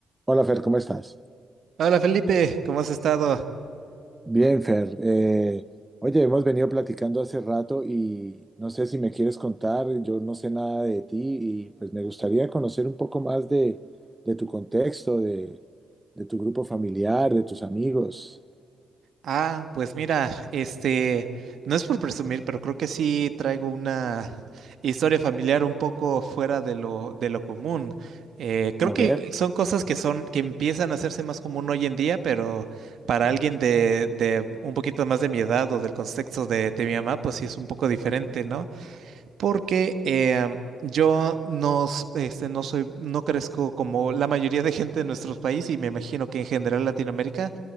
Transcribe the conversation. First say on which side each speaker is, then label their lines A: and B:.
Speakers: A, on the right; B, on the right.
A: Hola Fer, ¿cómo estás?
B: Hola Felipe, ¿cómo has estado?
A: Bien, Fer. eh, oye, hemos venido platicando hace rato y no sé si me quieres contar, yo no sé nada de ti y pues me gustaría conocer un poco más de, de tu contexto, de, de tu grupo familiar, de tus amigos.
B: Ah, pues mira, este, no es por presumir, pero creo que sí traigo una historia familiar un poco fuera de lo, de lo común. Eh, creo
A: A
B: que
A: ver,
B: son cosas que son, que empiezan a hacerse más común hoy en día, pero para alguien de, de un poquito más de mi edad o del contexto de, de mi mamá, pues sí es un poco diferente, ¿no? porque eh, yo no, s- este, no soy, no crezco como la mayoría de gente de nuestros países y me imagino que en general Latinoamérica,